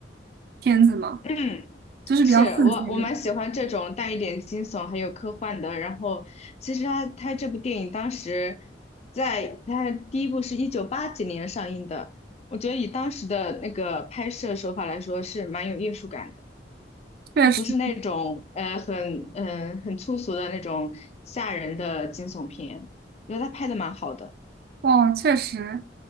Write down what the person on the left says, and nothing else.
嗯
是我我蛮喜欢这种带一点惊悚还有科幻的。然后其实他他这部电影当时在他第一部是一九八几年上映的，我觉得以当时的那个拍摄手法来说是蛮有艺术感的。
它不是那种呃很嗯、呃很粗俗的那种吓人的惊悚片，我觉得他拍的蛮好的。